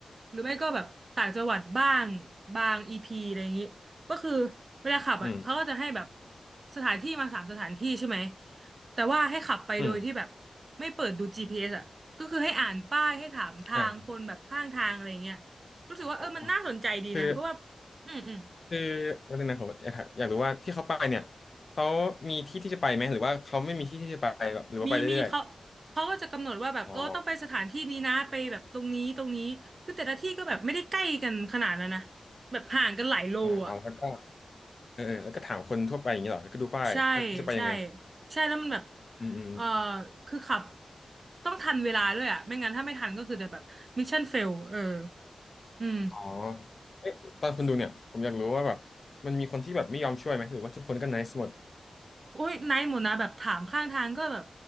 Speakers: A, on the right (about 45°); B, on the left (about 40°).
A: หรือไม่ก็แบบต่างจังหวัดบ้างบางอีพีอะไรอย่างงี้ก็คือเวลาขับอ่ะเขาก็จะให้แบบ
B: อืม
A: สถานที่มาสามสถานที่ใช่ไหมแต่ว่าให้ขับไปโดยที่แบบ
B: อืม
A: ไม่เปิดดูจ GPS อสอ่ะก็คือให้อ่านป้ายให้ถามทางคนแบบข้างทางอะไรอย่างเงี้ย
B: อ่า
A: รู้สึกว่าเออมันน่าสนใจดีนะเพราะว่า
B: โอ้คือ
A: อืมอืม
B: คือวันนึงนะผมอยากถามอยากรู้ว่าที่เขาไปเนี่ยเขามีที่ที่จะไปไหมหรือว่าเขาไม่มีที่ที่จะไปหรือว่าไปเรื่อย
A: มีมีเขาเขาก็จะกำหนดว่าแบบเออต้องไปสถานที่นี้นะไปแบบตรงนี้ตรงนี้คือแต่ละที่ก็แบบไม่ได้ใกล้กันขนาดนั้นนะ
B: ๆอ๋อ
A: แบบห่างกันหลายโลอ่ะ
B: อ่าอ๋อแล้วก็เออเออแล้วก็ถามคนทั่วไปอย่างนี้เหรอแล้วก็ดูป้ายว่าจะไปยังไง
A: ใช่ใช่ใช่แล้วมันแบบ
B: อืม
A: เออคือขับต้องทันเวลาด้วยอ่ะไม่งั้นถ้าไม่ทันก็คือจะแบบมิชชั่นเฟลเอออืม
B: อ๋อเอ๊ะตอนคุณดูเนี่ยผมอยากรู้ว่าแบบมันมีคนที่แบบไม่ยอมช่วยไหมหรือว่าทุกคนก็ n i c e หมด
A: อุ้ยไนท์หมดนะแบบถามข้างทางก็แบบ